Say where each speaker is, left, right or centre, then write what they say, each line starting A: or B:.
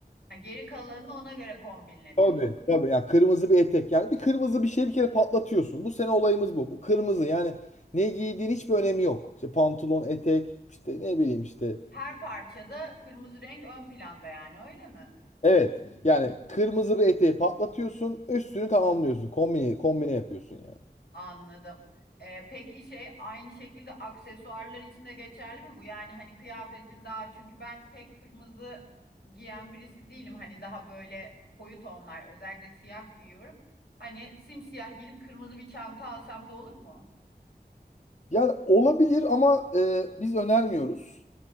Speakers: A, on the left (about 85°); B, on the left (about 45°).
A: Ha, geri kalanını ona göre kombinle
B: Tabii
A: diyorsun.
B: tabii. Yani kırmızı bir etek. Yani bir kırmızı bir şey bir kere patlatıyorsun. Bu sene olayımız bu. Bu kırmızı yani ne giydiğin hiçbir önemi yok. İşte pantolon, etek, işte ne bileyim işte.
A: Her parçada kırmızı renk ön planda yani öyle mi?
B: Evet. Yani kırmızı bir eteği patlatıyorsun. Üstünü tamamlıyorsun. Kombine, kombine yapıyorsun yani.
A: Anladım. Ee, peki şey aynı şekilde aksesuarlar için de geçerli mi bu? Yani hani kıyafetin daha çünkü ben pek kırmızı giyen birisi değilim. Hani daha böyle koyu tonlar özellikle siyah giyiyorum. Hani simsiyah giyip kırmızı bir çanta alsam da olur mu?
B: Yani olabilir ama e, biz önermiyoruz.